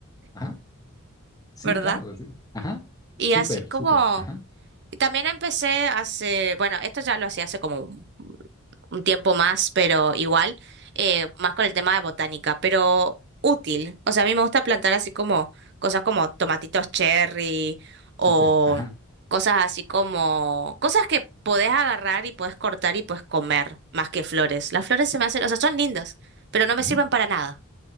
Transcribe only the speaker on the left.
Ajá, sí,
claro, sí. Ajá,
súper,
súper. Ajá,
súper. Ajá,
ujú,